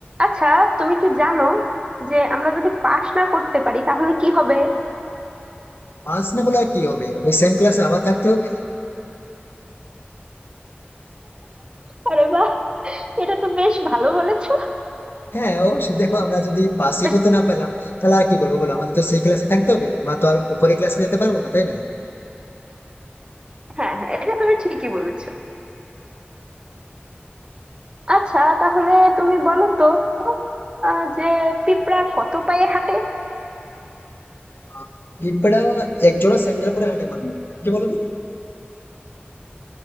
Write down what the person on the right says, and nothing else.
আচ্ছা তুমি কি জানো যে আমরা যদি পাশ না করতে পারি তাহলে কি হবে
আরে বাহ এটা তো বেশ ভালো বলেছো
বেশ
হ্যাঁ হ্যাঁ এটা তুমি ঠিকই বলেছো আচ্ছা তাহলে তুমি বলো তো আহ, যে পিঁপড়া কত পায়ে হাঁটে